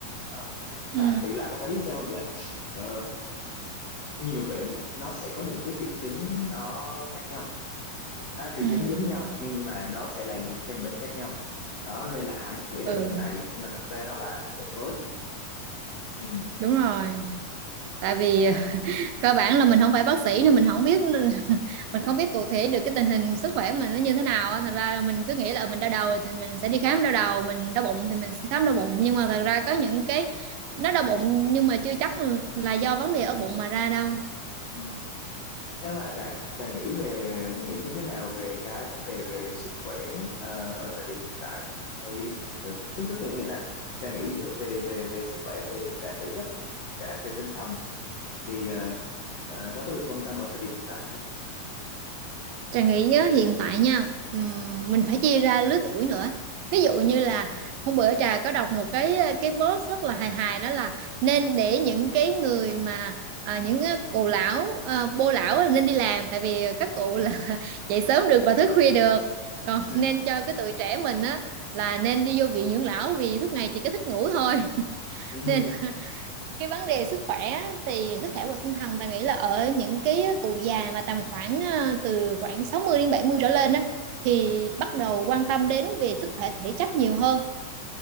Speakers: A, on the left (about 55°); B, on the right (about 85°).
A: đó
B: ừ
A: mà bị lại một cái biết sao không là ờ, nhiều bệnh nó sẽ có những cái triệu chứng nó khác nhau à, triệu
B: ừ
A: chứng giống nhau nhưng mà nó sẽ là những căn bệnh khác nhau đó nên là Hải cứ nghĩ
B: ừ
A: là bệnh này nhưng mà thật ra nó lại là một cái bệnh mới ừ.
B: đúng rồi tại vì
A: à,
B: <laughs> cơ bản là mình không phải bác sĩ nên mình không biết <laughs> mình không biết cụ thể được cái tình hình sức khỏe của mình nó như thế nào á. thật ra là mình cứ nghĩ là ờ, mình đau đầu thì mình sẽ đi khám đau đầu mình đau bụng thì mình sẽ khám đau bụng nhưng mà thật ra có những cái nó đau bụng nhưng mà chưa chắc là do vấn đề ở bụng mà ra đâu
A: ừ. Em à Trà, Trà nghĩ về nghĩ như thế nào về cái vấn đề về sức khỏe ờ, ở thời điểm hiện tại? Thì ờ, chính thức là nghĩa là Trà nghĩ về về về sức khỏe về cả thể chất cả về tinh thần thì ờ, ờ, nó có được quan tâm ở thời điểm hiện tại không?
B: Trà nghĩ á, hiện tại nha ừm, mình phải chia ra lứa tuổi nữa ví dụ như là hôm bữa Trà có đọc một cái cái post rất là hài hài đó là nên để những cái người mà à, những cái cụ lão à, bô lão là nên đi làm tại vì các cụ là <laughs> dậy sớm được và thức khuya được còn
A: Ừ,
B: nên cho cái tụi trẻ mình á là nên đi vô viện dưỡng lão vì suốt ngày chỉ có thích ngủ thôi <laughs>
A: ừ,
B: nên cái vấn đề sức khỏe á, thì sức khỏe và tinh thần ta nghĩ là ở những cái cụ già mà tầm khoảng ờ, từ khoảng 60 đến 70 trở lên á, thì bắt đầu quan tâm đến về sức khỏe thể chất nhiều hơn